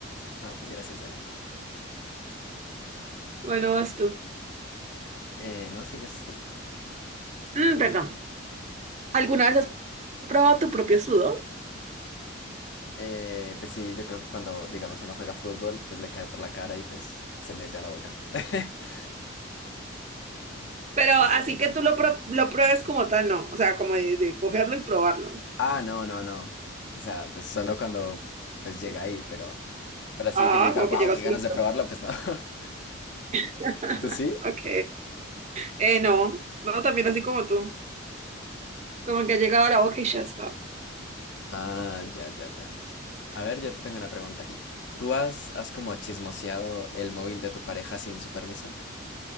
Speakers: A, on the left; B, on the right.
A: No, pues gracias, Yane.
B: Bueno, vas tú.
A: Eh, ¿no? ¿Sigues tú?
B: Mm, perdón. ¿Alguna vez has probado tu propio sudor?
A: Eh, pues sí, yo creo que cuando, digamos, uno juega fútbol, pues le cae por la cara y pues se mete a la boca. <laughs>
B: Pero así que tú lo, pro- lo pruebes como tal, no. O sea, como de, de cogerlo y probarlo.
A: Ah, no, no, no. O sea, pues solo cuando pues llega ahí, pero, pero así
B: Ah,
A: de que yo diga,
B: como
A: wow,
B: que llega
A: qué
B: solito.
A: ganas de probarlo, pues no. <laughs>
B: <laughs>
A: ¿Tú sí?
B: Ok. Eh, no, no, también así como tú. Como que ha llegado a la boca y ya está.
A: Ah, ya, ya, ya. A ver, yo te tengo una pregunta aquí. ¿Tú has, has como chismoseado el móvil de tu pareja sin su permiso?